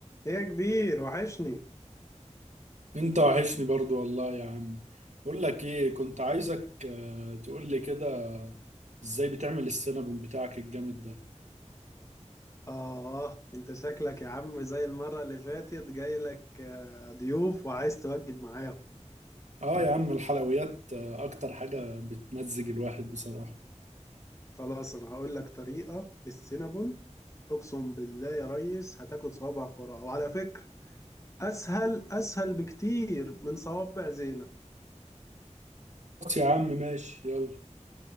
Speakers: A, on the left; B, on the right.
A: إيه يا كبير وحشني
B: انت وحشني برضو والله يا عم بقول لك ايه كنت عايزك آه، تقول لي كده ازاي بتعمل السينابون بتاعك الجامد ده
A: آه أنت شكلك يا عم زي المرة اللي فاتت جاي لك آه، ضيوف وعايز توجب معايا
B: اه يا عم الحلويات آه، اكتر حاجة بتمزج الواحد بصراحة
A: خلاص أنا هقول لك طريقة للسينابون أقسم بالله يا ريس هتاكل صوابعك وراها وعلى فكرة أسهل أسهل بكتير من صوابع زينب
B: بس يا عم ماشي يلا